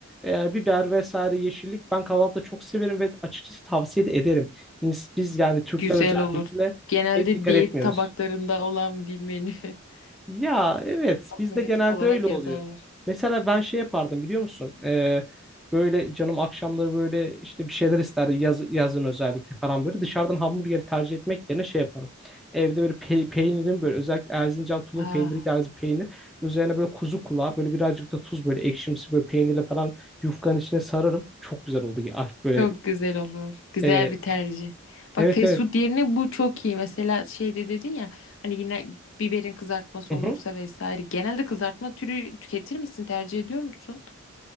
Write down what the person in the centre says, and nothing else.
e, biber vesaire yeşillik ben kahvaltıda çok severim ve açıkçası tavsiye de ederim. İns- Biz yani Türkler
özellikle
pek dikkat
etmiyoruz.
Ya evet
bizde genelde
öyle oluyor.
Mesela ben şey yapardım biliyor musun? Ee, böyle canım akşamları böyle işte bir şeyler isterdi yaz, yazın özellikle falan böyle dışarıdan hamburgeri tercih etmek yerine şey yaparım. Evde böyle pe peynirin böyle özellikle Erzincan tulum
peyniri tarzı peynir üzerine böyle kuzu kulağı böyle birazcık da tuz böyle ekşimsi böyle peynirle falan yufkanın içine sararım. Çok güzel oldu. ya. Ah, Böyle
e,
evet
evet.
Hı
hı,